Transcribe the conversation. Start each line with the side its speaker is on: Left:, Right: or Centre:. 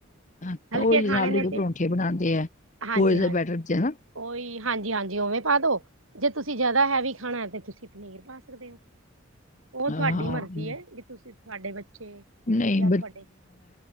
Left: ਅੱਛਾ
Right: ਹਲਕੇ
Left: ਉਹੀ
Right: ਖਾਣੇ
Left: ਜ ਆਲੂ
Right: ਨੇ
Left: ਦੇ
Right: ਤੇ
Left: ਪਰੋਂਂਠੇ ਬਣਾਉਂਦੇ ਆ।
Right: ਹਾਂਜੀ,
Left: ਉਹ ਇਸਦਾ
Right: ਹਾਂਜੀ,
Left: ਬੈਟਰ ਚ ਹਨਾ
Right: ਉਹੀ ਹਾਂਜੀ, ਹਾਂਜੀ ਉਵੇਂ ਪਾ ਦੋ। ਜੇ ਤੁਸੀਂ ਜਿਆਦਾ ਹੈਵੀ ਖਾਣਾ ਤੇ ਤੁਸੀਂ ਪਨੀਰ ਪਾ ਸਕਦੇ ਹੋ। ਉਹ
Left: ਹਾਂ
Right: ਤੁਹਾਡੀ ਮਰਜ਼ੀ ਹੈ ਵੀ ਤੁਸੀਂ ਤੁਹਾਡੇ ਬੱਚੇ।
Left: ਨਹੀਂ
Right: ਯਾਰ ਤੁਹਾਡੇ।